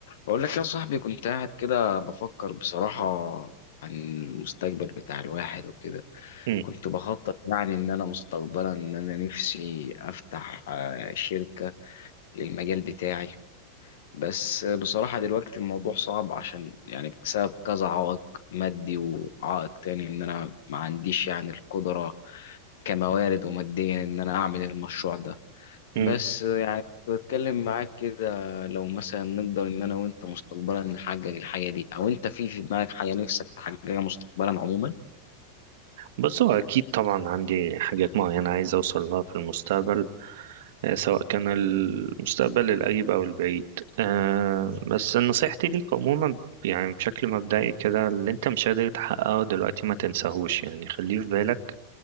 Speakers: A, on the left (about 55°); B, on the right (about 55°).
A: بقول لك يا صاحبي كنت قاعد كده بفكر بصراحة عن المستقبل بتاع الواحد وكده
B: مم.
A: كنت بخطط يعني إن أنا مستقبلا إن أنا نفسي أفتح آه، شركة للمجال بتاعي بس بصراحة دلوقتي الموضوع صعب عشان يعني بسبب كذا عائق مادي وعائق تاني إن أنا ما عنديش يعني القدرة كموارد وماديا إن أنا أعمل المشروع ده
B: مم.
A: بس يعني كنت بتكلم معاك كده لو مثلا نقدر ان انا وانت مستقبلا نحقق الحاجه دي او انت في في دماغك حاجه نفسك تحققها مستقبلا عموما
B: بس هو أكيد طبعا عندي حاجات معينة عايز أوصل لها في المستقبل آه، سواء كان المستقبل القريب أو البعيد آه، بس نصيحتي ليك عموما يعني بشكل مبدئي كده اللي أنت مش قادر تحققه دلوقتي ما تنساهوش يعني خليه في بالك